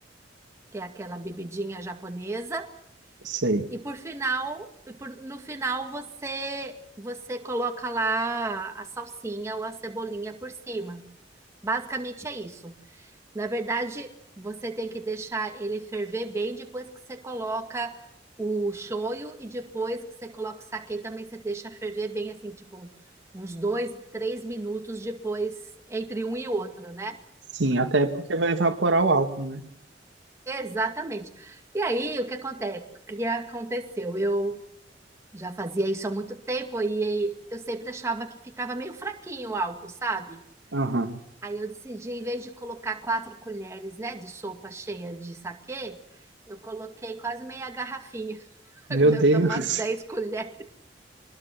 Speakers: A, on the right; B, on the right.
A: que é aquela bebidinha japonesa,
B: Sei.
A: e por final, e por- no final você você coloca lá a salsinha ou a cebolinha por cima. Basicamente é isso. Na verdade, você tem que deixar ele ferver bem depois que você coloca o shoyu e depois que você coloca o saquê também você deixa ferver bem assim, tipo uns dois, três minutos depois entre um e outro, né?
B: Sim, até porque vai evaporar o álcool, né?
A: Exatamente. E aí, o que aconte- o que aconteceu? Eu já fazia isso há muito tempo e eu sempre achava que ficava meio fraquinho o álcool, sabe?
B: Aham.
A: Aí eu decidi, em vez de colocar quatro colheres, né, de sopa cheia de saquê, eu coloquei quase meia garrafinha, <laughs>
B: Meu
A: deve
B: Deus.
A: dar umas 10 colheres.